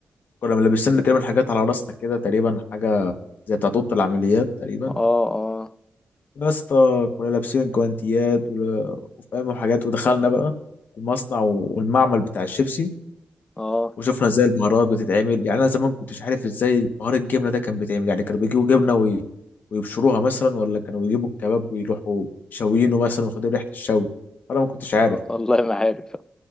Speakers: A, on the left; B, on the left.
A: كنا ملبسين تقريبا حاجات على راسنا كده تقريبا حاجه زي بتاعت اوضه العمليات تقريبا
B: اه اه
A: يا اسطى كنا لابسين الجوانتيات وفاهم وحاجات ودخلنا بقى المصنع والمعمل بتاع الشيبسي
B: اه
A: وشفنا ازاي البهارات بتتعمل يعني انا زمان كنتش عارف ازاي بهار الجبنه ده كان بيتعمل يعني كانوا بيجيبوا جبنه وي... ويبشروها مثلا ولا كانوا بيجيبوا الكباب ويروحوا شاويينه مثلا وياخدوا ريحه الشوي فانا ما كنتش عارف
B: اه والله ما عارف